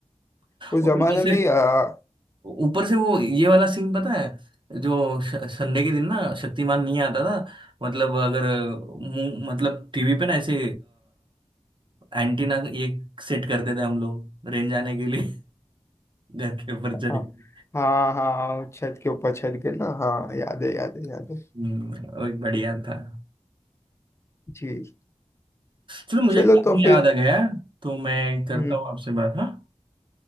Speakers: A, on the left; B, on the right.
A: उस
B: और
A: जमाने
B: ऊपर से
A: में आ,
B: ऊपर से वो ये वाला सीन पता है जो श- संडे के दिन ना शक्तिमान नहीं आता था मतलब अगर मुंह- मतलब टीवी पे ना ऐसे एंटीना ये सेट करते थे हम लोग रेंज आने के लिए <laughs> घर के ऊपर
A: हाँ
B: चढ़ के
A: हाँ हाँ, छत के ऊपर छत के ना हाँ याद है याद है याद है
B: हम्म, और बढ़िया था
A: जी
B: चलो मुझे
A: चलो
B: काफी
A: तो फिर
B: याद आ गया तो मैं करता
A: हम्म
B: हूँ आपसे बात हाँ